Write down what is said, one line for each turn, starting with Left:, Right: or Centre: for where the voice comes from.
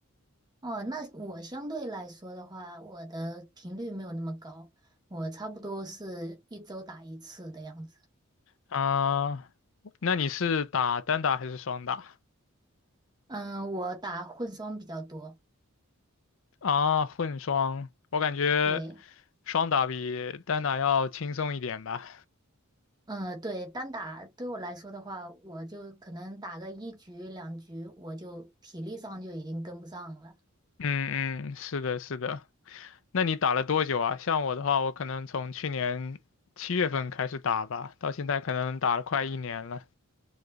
Right: 哦，那我相对来说的话，我的频率没有那么高，我差不多是一周打一次的样子。
Left: 啊，那你是打单打还是双打？
Right: 嗯、我打混双比较多。
Left: 啊，混双，我感觉
Right: 对，
Left: 双打比单打要轻松一点吧。
Right: 嗯、对，单打对我来说的话，我就可能打个一局两局，我就体力上就已经跟不上了。
Left: 嗯嗯，是的，是的。那你打了多久啊？像我的话，我可能从去年七月份开始打吧，到现在可能打了快一年了。